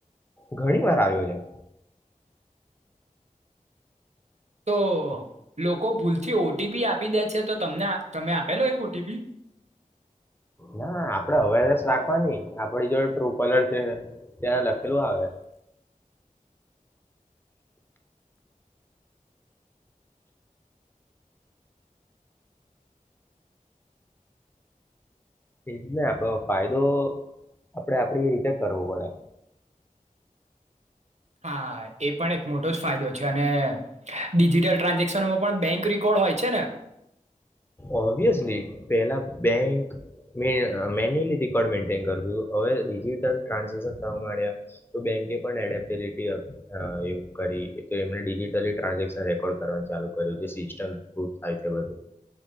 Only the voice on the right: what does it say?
તો લોકો ભૂલથી ઓટીપી આપી દે છે, તો તમને તમે આપેલો એ ઓટીપી
હા, એ પણ એક મોટો જ ફાયદો છે, અને ડિજિટલ ટ્રાન્ઝેક્શનમાં પણ બેંક રકોર્ડ હોય છે ને?